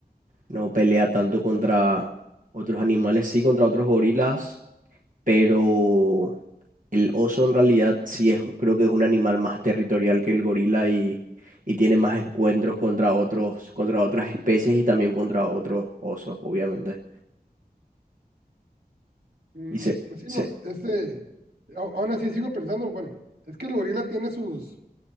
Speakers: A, on the right (about 55°); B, on the right (about 85°).
A: no pelea tanto contra otros animales, sí contra otros gorilas. pero el oso en realidad sí es, un- creo que es un animal más territorial que el gorila y, y tiene más encuentros contra otros, contra otras especies y también contra otros osos, obviamente.
B: Mm,
A: Y se,
B: pues sí,
A: se,
B: no, este, au- aún así sigo pensando, bueno, es que el gorila tiene sus,